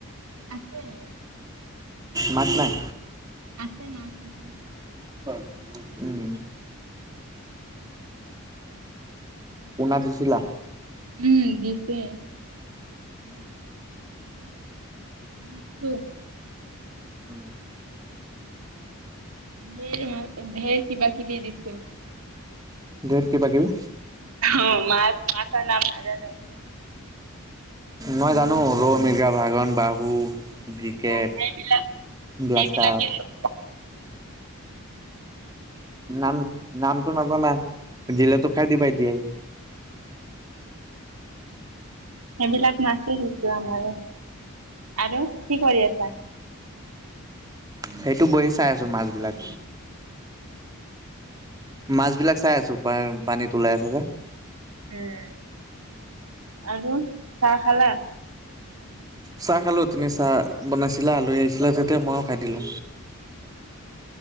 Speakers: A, on the right; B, on the right.
A: আছে।
B: মাছ নাই
A: আছে মাছ আছে।
B: অ, উম। পোনা দিছিলা?
A: উম, দিছে।
B: উম।
A: বিতো
B: উম,
A: ধেই-ধেই কিবা কিবি দিছো।
B: ডেট কিবাকিবি।
A: অ, মা মাছৰ নাম নাজানো।
B: মই জানো ৰৌ, মিৰ্গা, ভাগন, বাহু। বিকেট
A: অ সেইবিলাক
B: গ্লাছ
A: সেইবলাকে
B: কাপ
A: উ ওমহ
B: নাম নামটো নাজানা দিলেটো খাই দিবা এতিয়া।
A: সেইবিলাক নাচে এতিয়া আমাৰ আৰু কি কৰি আছা?
B: সেইটো বহি চাই আছো মাছবিলাক মাছ বিলাক চাই আছো পা পানীত ওলাই আছে যে।
A: উম, আৰু চাহ খালা?
B: চাহ খালো তুমি চাহ বনাইছিলা আলহী আহিছিলা তেতিয়া মইও খাই দিলো।